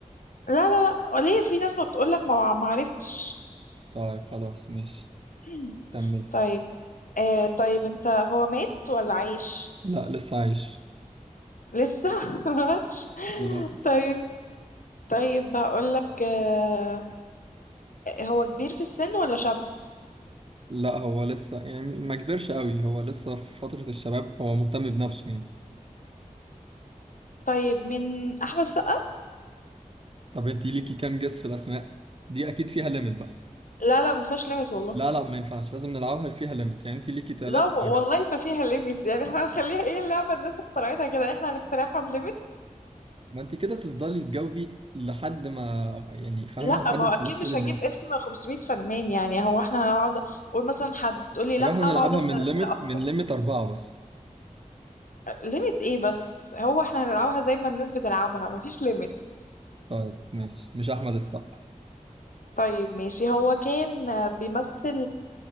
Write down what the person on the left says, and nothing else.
لا لا لا ليه في ناس ما بتقولك ما ما عرفتش
<clears throat>
طيب آه طيب انت هو مات ولا عايش
لسه <laughs> ما ماتش
طيب طيب هقولك آه هو كبير في السن ولا شاب
طيب من احمد السقا
لا لا ما فيهاش ليميت والله
لا والله
ما فيها ليميت يعني احنا هنخليها ايه اللعبه الناس اخترعتها كده احنا هنخترعها بليميت
لا
ما
هو اكيد
مش
هجيب اسم 500 فنان يعني هو احنا هنقعد اقول مثلا حد تقول لي
لا
هقعد
اسال
اسئله
اكتر
ليميت ايه بس هو احنا هنلعبها زي ما الناس بتلعبها مفيش ليميت
طيب ماشي هو كان بيمثل